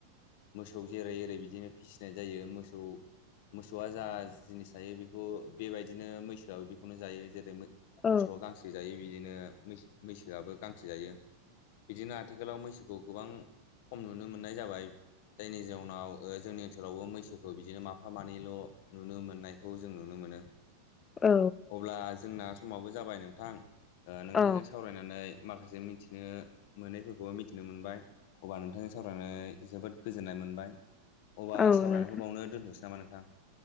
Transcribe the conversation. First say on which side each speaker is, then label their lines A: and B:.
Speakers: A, on the left; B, on the left.
A: मोस मोसौ जेरै एरै बिदिनो फिसिनाय जायो मोसौ मोसौआ जा जिनिस जायो बेखौ बेबायदिनो मैसोआबो बेखौनो जायो जेरै
B: औ
A: मोसौआ गांसो जायो बिदिनो मैसो मैसोआबो गांसो जायो बिदिनो आथिखालाव मैसोखौ गोबां खम नुनो मोननाय जाबाय जायनि जाउनाव ओ जोंनि ओनसोलावबो मैसोखौ बिदिनो माफा मानैल नुनो मोननायखौ जों नुनो मोनो
B: औ
A: अब्ला जोंना समावबो जाबाय नोंथां नोंथांजों
B: औ
A: सावरायनानै माखासे मिथिनो मोनैफोरखौबो मिथिनो मोनबाय अब्ला नोंथांजों सावरायनाय जोबोद गोजोननाय मोनबाय अब्ला
B: औ
A: सावरायनायखौ
B: नोंथां
A: बावनो दोन्थ'सै नामा नोंथां